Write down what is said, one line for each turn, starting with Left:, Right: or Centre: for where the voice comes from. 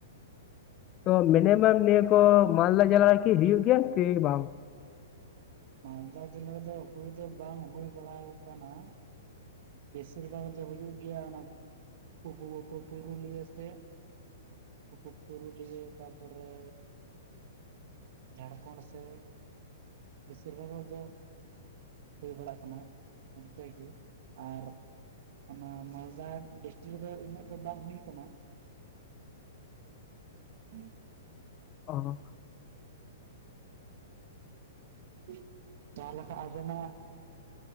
Left: ᱛᱚ ᱢᱤᱱᱤᱢᱟᱢ ᱱᱤᱭᱟᱹ ᱠᱚ ᱢᱟᱞᱫᱟ ᱡᱮᱞᱟ ᱨᱮᱠᱤ ᱦᱩᱭᱩᱜ ᱜᱮᱭᱟ ᱥᱮ ᱵᱟᱝ
Right: ᱢᱟᱞᱫᱟ ᱡᱮᱞᱟ ᱫᱚ ᱦᱩᱭ ᱫᱚ ᱵᱟᱝ ᱦᱩᱭ ᱵᱟᱲᱟᱣ ᱟᱠᱟᱱᱟ ᱵᱮᱥᱤᱨ ᱵᱷᱟᱜᱽ ᱫᱚ ᱦᱩᱭᱩᱜ ᱜᱮᱭᱟ ᱚᱱᱟ ᱯᱩ ᱯᱩ ᱯᱩᱨᱩᱞᱤᱭᱟᱹ ᱥᱮᱫ ᱯᱩ ᱯᱩ ᱯᱩᱨᱩᱞᱤᱭᱟᱹ ᱛᱟᱨᱯᱚᱨᱮ ᱡᱷᱟᱲᱠᱷᱚᱱᱰ ᱥᱮᱫ ᱵᱮᱥᱤᱨ ᱵᱷᱟᱜᱽ ᱫᱚ ᱦᱩᱭ ᱵᱟᱲᱟᱜ ᱠᱟᱱᱟ ᱚᱱᱛᱮ ᱜᱮ ᱟᱨ ᱚᱱᱟ ᱢᱟᱞᱫᱟ ᱰᱤᱥᱴᱤᱠ ᱨᱮᱫᱚ ᱤᱱᱟᱹᱜ ᱫᱚ ᱵᱟᱝ ᱦᱩᱭ ᱠᱟᱱᱟ <inaudible>
Left: ᱚ
Right: <inaudible> ᱛᱟᱦᱞᱮ ᱠᱷᱟᱱ ᱟᱵᱚᱱᱟᱜ